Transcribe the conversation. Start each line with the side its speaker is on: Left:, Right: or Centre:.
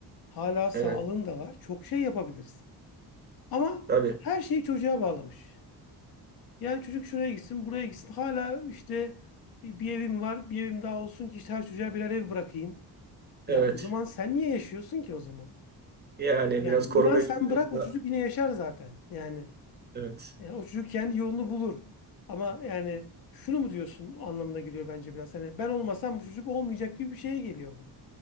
Left: Hala sağlığın
Right: Evet.
Left: da var. Çok şey yapabiliriz. Ama
Right: Tabii.
Left: her şeyi çocuğa bağlamış. Yani çocuk şuraya gitsin, buraya gitsin. Hala işte e, bir evim var, bir evim daha olsun ki işte her çocuğa birer ev bırakayım. Ya
Right: Evet.
Left: o zaman sen niye yaşıyorsun ki o zaman?
Right: Yani
Left: Yani
Right: biraz koruma
Left: inan sen
Right: içgüdümüz
Left: bırak
Right: de.
Left: o çocuk yine yaşar zaten. Yani
Right: Evet.
Left: yani o çocuk kendi yolunu bulur. Ama yani şunu mu diyorsun anlamına geliyor bence biraz. Hani ben olmasam bu çocuk olmayacak gibi bir şeye geliyor bu.